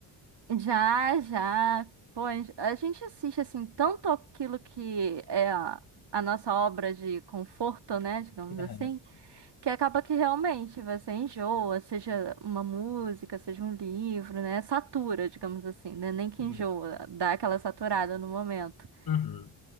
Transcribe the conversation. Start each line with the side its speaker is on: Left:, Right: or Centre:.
Right: Já, já. Pô, a gente assiste assim tanto aquilo que é a, a nossa obra de conforto, né, digamos
Left: aham,
Right: assim, que acaba que realmente você enjoa, seja uma música, seja um livro, né, satura, digamos assim, né, nem que
Left: sim.
Right: enjoa, dá aquela saturada no momento.
Left: Uhum.